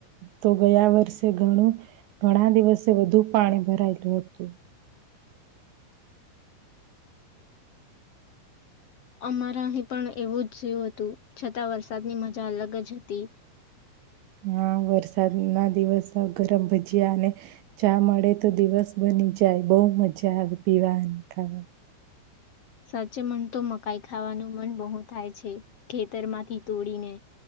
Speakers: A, on the right (about 80°); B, on the left (about 70°).
A: તો ગયા વર્ષે ઘણું ઘણા દિવસે વધુ પાણી ભરાયેલું હતું
B: અમારા અહીં પણ એવું જ થયું હતું છતાં વરસાદની મજા અલગ જ હતી
A: હા વરસાદ ના દિવસ ગરમ ભજીયા અને ચા મળે તો દિવસ બની જાય બહુ મજા આવે પીવા અને ખાવા
B: સાચે મન તો મકાઈ ખાવાનું મન બહુ થાય છે ખેતરમાંથી તોડીને